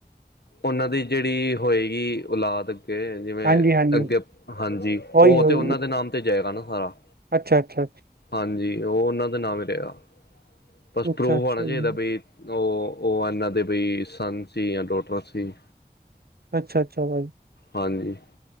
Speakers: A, on the left (about 75°); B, on the right (about 65°).
A: ਉਹਨਾਂ ਦੀ ਜਿਹੜੀ ਹੋਏਗੀ ਔਲਾਦ ਅੱਗੇ ਜਿਵੇਂ
B: ਹਾਂਜੀ ਹਾਂਜੀ
A: ਅੱਗੇ ਹਾਂਜੀ
B: ਉਹੀ
A: ਉਹ
B: ਉਹੀ
A: ਤੇ ਉਹਨਾਂ ਦੇ ਨਾਮ ਤੇ ਜਾਏਗਾ ਨਾ ਸਾਰਾ
B: ਅੱਛਾ ਅੱਛਾ ਅੱਛਾ
A: ਹਾਂਜੀ ਉਹ ਉਹਨਾਂ ਦਾ ਨਾਂਵ ਵੀ ਰਹੇਗਾ,
B: ਅੱਛਾ
A: ਬਸ ਪ੍ਰੂਫ
B: ਅੱਛਾ
A: ਹੋਣਾ ਚਾਹੀਦਾ
B: ਜੀ
A: ਬੀ ਉਹ ਉਹ ਇਹਨਾਂ ਦੇ ਬਈ ਸੰਨ ਸੀ ਜਾਂ ਡੋਟਰ ਸੀ
B: ਅੱਛਾ ਅੱਛਾਾ ਓ
A: ਹਾਂਜੀ